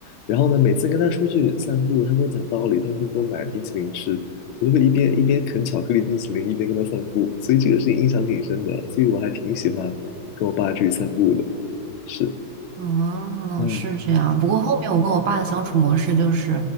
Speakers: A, on the left; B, on the right.
A: 然后呢，每次跟他出去散步，他跟我讲道理，他会给我买冰淇淋吃，我就会一边一边啃巧克力冰淇淋，一边跟他散步，所以这个是印象挺深的，所以我还挺喜欢跟我爸出去散步的，是，
B: 嗯，
A: 嗯
B: 是这样。不过后面我跟我爸的相处模式就是，